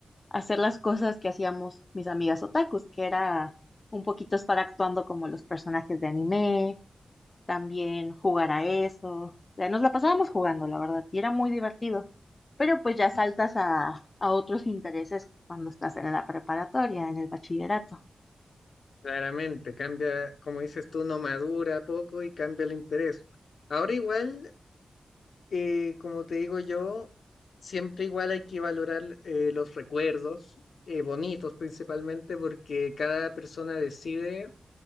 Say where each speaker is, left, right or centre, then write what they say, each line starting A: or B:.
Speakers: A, on the left (about 30°); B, on the left (about 75°).
A: hacer las cosas que hacíamos mis amigas otakus, que era un poquito estar actuando como los personajes de anime, también jugar a eso. O sea, nos la pasábamos jugando, la verdad, y era muy divertido. Pero pues ya saltas a, a otros intereses cuando estás en la preparatoria, en el bachillerato.
B: Claramente, cambia, como dices tú, no madura poco y cambia el interés. Ahora igual, eh, como te digo yo, siempre igual hay que valorar eh, los recuerdos, eh, bonitos principalmente, porque cada persona decide